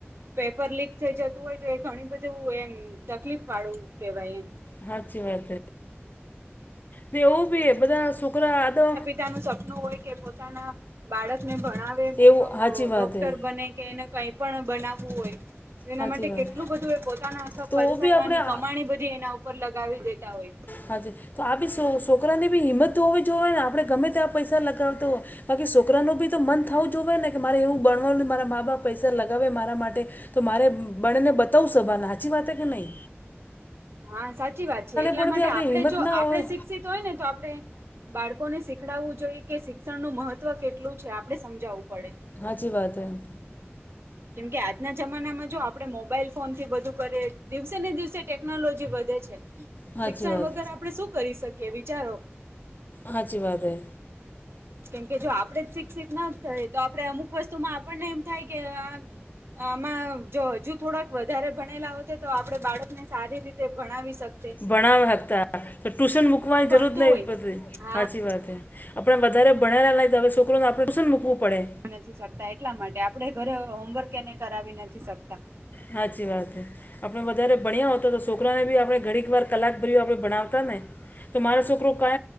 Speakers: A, on the right; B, on the left.
A: પેપર લીક થઈ જતું હોય તો એ ઘણી બધું એમ તકલીફ વાળવું કહેવાય એમ
B: હાચી વાત ને એવું બી બધા છોકરા આદો
A: પોતાનું સપનું હોય કે પોતાના બાળકને ભણાવે મોટો
B: એવું હાચી વાત
A: ડોક્ટર
B: હે.
A: બને કે એને કઈ પણ બનાવવું હોય એના
B: હાચી
A: માટે
B: વાત
A: કેટલું બધું એ પોતાના આખા
B: તો
A: પરસાવવાની
B: બી આપણે
A: કમાણી
B: આ
A: બધી એના ઉપર લગાવી દેતા હોય
B: હાજ તો આ બી સો છોકરાની બી હિંમ તો હોવી જોઈએય ને આપણે ગમે ત્યાં પૈસા લગાવતા હો. બાકી છોકરા ન બી તો મન થવું જો હોયને કે મારે એવું ભણવાનું મારા મા બાપ પૈસા લગાવે મારા માટે તો મારે બને ને બતાવું સભા હાચી વાત કે નહી
A: હા સાચી વાત છે એટલા
B: પણ
A: માટે
B: બી આપણે
A: આપડણે
B: હિંમત
A: જો
B: ના
A: આપણે
B: હોય
A: શિક્ષિત હોય ને તો આપડણે બાળકો ને શીખડાવવું જોઈએ કે શિક્ષણનું મહત્વ કેટલું છે. આપડે સમજાવું પડે.
B: હાચી વાત હૈ.
A: કેમકે આજના જમાનામાં જો આપણે મોબાઈલ ફોન થી બધુ કરીએ, દિવસે ને દિવસે ટેકનોલોજી વધે છે.
B: હાચી
A: શિક્ષણ
B: વાત
A: વગર આપડણે શું કરી શકીએ વિચારો?
B: હાચી વાત હૈ.
A: કેમકે જો આપડે જ શિક્ષિત ના થાય તો આપણે અમુક વસ્તુમાં આપણને એમ થાય કે આ આમાં જો હજુ થોડાક વધારે ભણેલા હોય તો, આપણે બાળકને સારી રીતે ભણાવી શક
B: ભણાવ હતા તો ટુશન મૂકવાની
A: ભણતું
B: જરૂર નહી
A: હોય
B: પડતી.
A: હા
B: સાચી વાત હ આપણે વધારે ભણેલા ના તો હવે છોકરોને આપણે શું ને મૂકવું પડે.
A: નથી સકતા એટલા માટે આપણે ઘરે હોમવર્ક એને કરાવી નથી શકતા.
B: સાચી વાત છે. આપણે વધારે ભણ્યા હો તો તો છોકરાને બી આપણે ઘડીક વાર કલાક ભર આપણે ભણાવતા ને તો મારો છોકરો કા